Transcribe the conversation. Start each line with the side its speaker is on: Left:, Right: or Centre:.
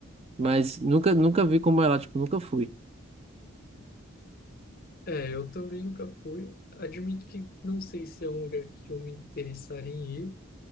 Right: mas nunca, nunca vi como é lá, tipo, nunca fui.
Left: É, eu também nunca fui. Admito que não sei se é um lugar que eu me interessaria em ir,